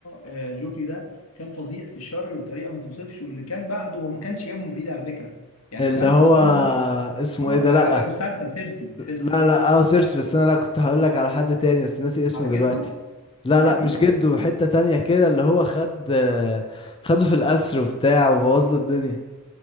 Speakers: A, on the left; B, on the left.
A: آه، جوفري ده كان فظيع في الشر بطريقه ما توصفش واللي كان بعده هو ما كانش جايبه من بعيد على فكره يعني
B: اللي
A: سانسا
B: هو
A: امه
B: اسمه
A: اه
B: ايه ده
A: لا
B: لا
A: لا مش سانسا سيرسي سيرسي
B: لا لا اه سيرسي بس انا لا كنت هقول لك على حد تاني بس ناسي اسمه
A: على جده
B: دلوقتي لا
A: جده
B: لا مش جده حتة تانية كده اللي هو خد آه، خده في القصر وبتاع وبوظ له الدنيا